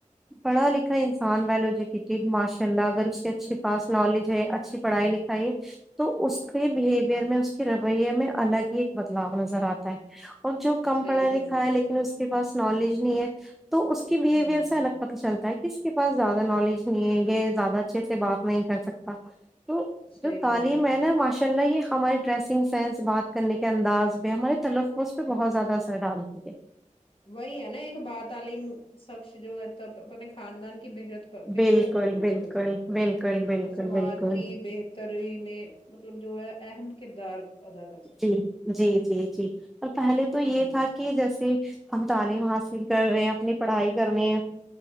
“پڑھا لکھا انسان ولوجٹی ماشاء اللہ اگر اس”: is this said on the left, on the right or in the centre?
Centre